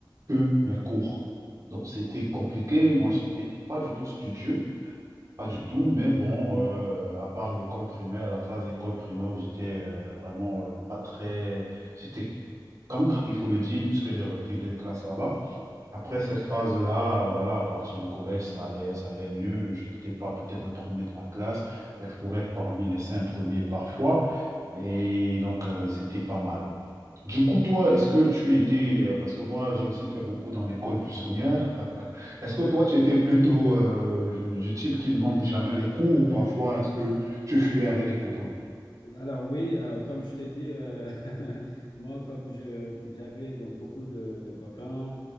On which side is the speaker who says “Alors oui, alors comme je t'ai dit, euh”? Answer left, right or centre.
Left